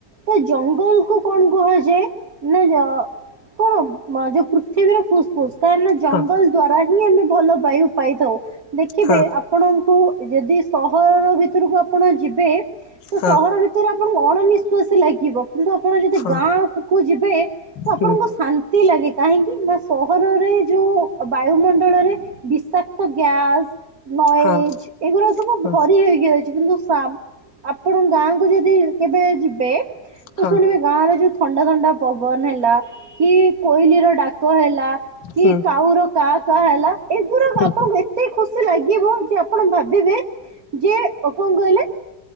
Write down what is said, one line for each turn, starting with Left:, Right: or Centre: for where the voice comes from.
Right: ତ ଜଙ୍ଗଲକୁ କଣ କୁହଛେ ନା କଣ ଯୋଉ ପୃଥିବୀରେ ଫୁସ କା ଜଙ୍ଗଲ
Left: ହଁ
Right: ଦ୍ଵାରା ହିଁ ଆମେ ଭଲ ବାୟୁ ପାଇଥାଉ ଦେଖିବେ
Left: ହଁ
Right: ଆ ଆପଣଙ୍କୁ ଯଦି ସହର ଭିତରକୁ ଆପଣ ଯିବେ ତ
Left: ହଁ
Right: ସହର ଭିତ ରେ ଆପଣଙ୍କୁ ଅଣନିଶ୍ଵାସ ଲାଗିବ କିନ୍ତୁ ଆପଣ ଯଦି
Left: ହଁ
Right: ଗାଁଖ ଯିବେ ତ ଆପଣଙ୍କ
Left: ହୁଁ
Right: ଶା ଲାଗି କାହିଁକି ନା ସହରରେ ଯୋଉ ବାୟୁମଣ୍ଡଳରେ ବିଷାକ୍ତ ଗ୍ୟାସ ନଏଜ
Left: ହଁ
Right: ଏଗୁା ସବୁ
Left: ହଁ
Right: ଭରି ହୋଇଗଛି କିନ୍ତୁ ସ ଆପଣ ଗାଁକୁ ଯଦି କେବେ ଯିବେ
Left: <unintelligible>
Right: ତ ଶୁଣିବେ ଗାଁରେ ଯୋଉ ଥଣ୍ଡା ଥଣ୍ଡା ପବନ ହେଲା କି କୋଇଲି ର ଡା ହେଲା କି
Left: ହୁଁ
Right: କାଉର କାହା କାହା ହେଲା ଏଗୁଡା
Left: ହୁଁ
Right: ଆପଣ ଏତେ ଏତେ ଖୁସି ଲାଗିବ ଯେ ଆପଣ ଭାବିବେ ଯେ କଣ କହିଲେ?